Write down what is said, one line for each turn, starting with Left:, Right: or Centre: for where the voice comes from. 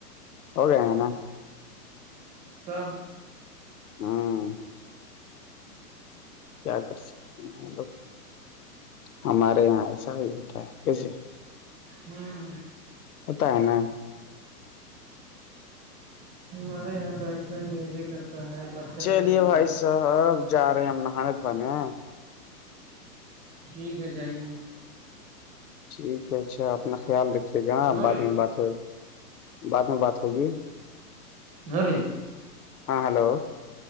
Left: ہوگا ہیں نا
Right: تب
Left: ہاں کیا کر سکتے ہیں ہم لوگ ہمارے یہاں ایسا ہی ہوتا ہے کیسے
Right: ہاں
Left: ہوتا ہے نا
Right: ہمارے یہاں تو ایسا ہی ہویا کرتا ہے بچہ
Left: چلیے
Right: رہے بوڑھا
Left: بھائی صاحب جا رہے ہیں ہم نہانے دھونے
Right: ٹھیک ہے جائیے
Left: ٹھیک ہے اچھا اپنا خیال رکھیے گا
Right: نوری
Left: بعد میں بات ہو بعد میں بات ہوگی
Right: ہ ری
Left: ہاں ہلو